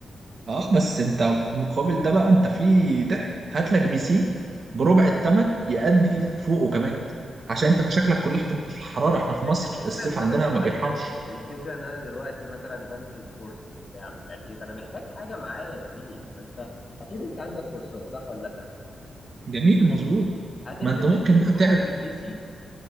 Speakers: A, on the right; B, on the left.
A: اه بس انت مقابل ده بقى انت في ضحك هات لك بي سي بربع الثمن يأدي فوقه كمان عشان
B: ايوه
A: انت مشاكلك
B: أيوه.
A: كلها هتبقى في الحراره احنا في
B: بس
A: مصر
B: الفكرة
A: الصيف
B: ان
A: عندنا
B: انا دلوقتي
A: ما بيرحمش
B: الفكرة ان انا دلوقتي مثلا بنزل كورس بتاع مش عارف ايه فانا محتاج حاجة معايا يا زميلي فانت اكيد انت عندك كورسات صح ولا لا
A: جميل مظبوط
B: هتنزل
A: ما انت ممكن
B: الكورس
A: بقى تع-
B: بالبي سي